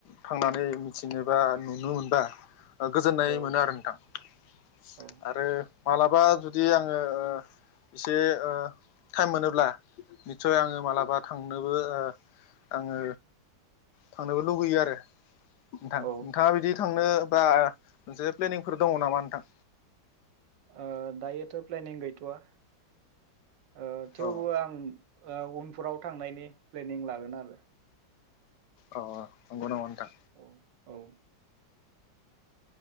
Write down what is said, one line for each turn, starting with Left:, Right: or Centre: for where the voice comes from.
Left: थांनानै मिथिनोबा नुनो मोनबा गोजोननाय
Right: औ
Left: मोनो आरो नोंथां ।
Right: औ
Left: आरो मालाबा जुदि आङो ओ एसे ओ टाइम मोनोब्ला निस्सय आङो मालाबा थां नोबो आङो थांनोबो लुुगैयो आरो । नोंथां-नोंथाङा
Right: ओ
Left: बिदि थांनो बा मोनसे प्लेनिंफोर दङ नामा नोंथां?
Right: ओ दायोथ' प्लेनिं गैथ' आ । ओ थेवबो
Left: औ
Right: आं ओ उनफोराव थांनायनि प्लेनिं लागोन आरो ।
Left: अ ओ नंगौ न थां
Right: औ औ